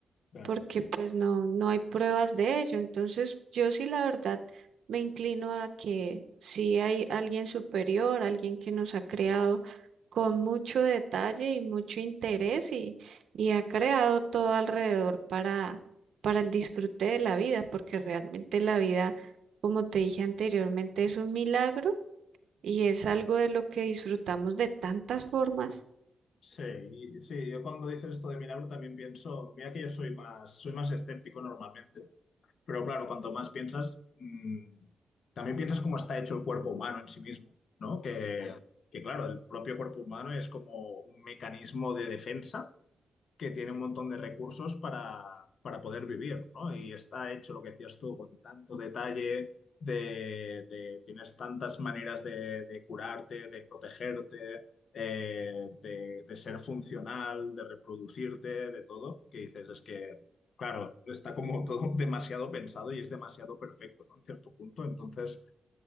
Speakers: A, on the left (about 60°); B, on the right (about 65°).
A: Claro.
B: porque pues no, no hay pruebas de ello. Entonces, yo sí la verdad me inclino a que sí hay alguien superior, alguien que nos ha creado con mucho detalle y mucho interés y, y ha creado todo alrededor para, para el disfrute de la vida, porque realmente la vida, como te dije anteriormente, es un milagro y es algo de lo que disfrutamos de tantas formas.
A: Sí, y- sí, yo cuando dices esto de milagro también pienso, mira que yo soy más, soy más escéptico normalmente, pero claro, cuanto más piensas, mm, también piensas cómo está hecho el cuerpo humano en sí mismo, ¿no? Que, que claro, el propio cuerpo humano es como un mecanismo de defensa que tiene un montón de recursos para, para poder vivir, ¿no? Y está hecho lo que decías tú con tanto detalle, de, de- tienes tantas maneras de, de curarte, de protegerte, eh, de, de ser funcional, de reproducirte, de todo, que dices, es que, claro, está como todo <laughs> demasiado pensado y es demasiado perfecto, ¿no? En cierto punto, entonces...